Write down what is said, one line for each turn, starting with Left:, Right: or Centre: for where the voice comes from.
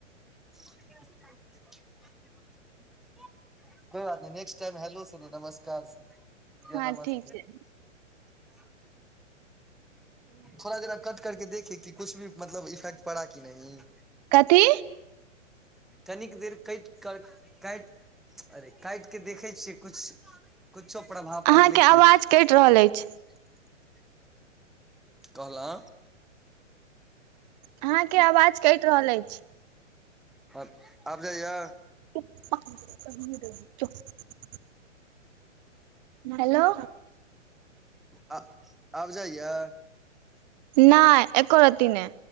Centre: <unintelligible> कोय बात नय नेक्स्ट टाईम हेलो से नहि नमस्कार
Right: हाँ
Centre: या नमस्ते
Right: ठीक छै।
Centre: <unintelligible> थोड़ा देर कट करके देखे कि कुछ भी मतलब इफेक्ट पड़ा कि नहि ह।
Right: कथि
Centre: कनिक देर कइट कऽ काईट अरे काईट कऽ देखै छियै कुछ कुछो प्रभाव पड़लै
Right: अहाँकेँ
Centre: कि
Right: आवाज
Centre: नहि
Right: कईट रहल ऐछ।
Centre: <inaudible> कहलौ।
Right: अहाँकेँ आवाज कऽ रहल अछि।
Centre: हँ आब जाइया
Right: <unintelligible> हेलो
Centre: आ, आब जाइया?
Right: ना एको राती ह